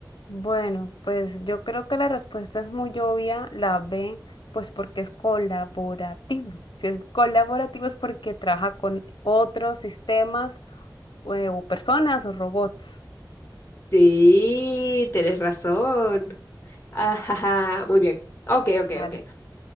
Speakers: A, on the left; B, on the left.
A: Bueno, pues yo creo que la respuesta es muy obvia, la B, pues porque es colaborativo. Si es colaborativo es porque trabaja con otros sistemas o, o personas o robots.
B: Sí, tienes razón. Ajaja, muy bien. Ok, ok,
A: Vale.
B: ok.